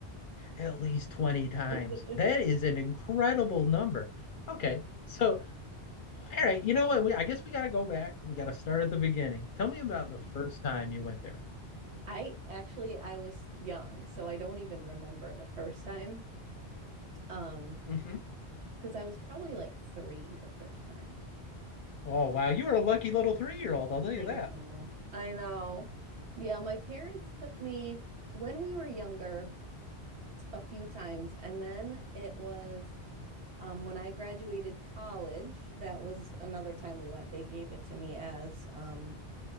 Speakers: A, on the left; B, on the right.
A: At least 20 times.
B: <laughs>
A: That is an incredible number. Okay. So, all right, you know what? We, I guess we got to go back. We got to start at the beginning. Tell me about the first time you went there.
B: I actually I was young, so I don't even remember the first time. Um,
A: hmm
B: because I was probably like three the first time.
A: Oh, wow. You were a lucky little three-year-old, I'll tell you
B: I
A: that.
B: know. I know. Yeah, my parents took me when we were younger a few times, and then it was Um, when I graduated college, that was another time we went. They gave it to me as um,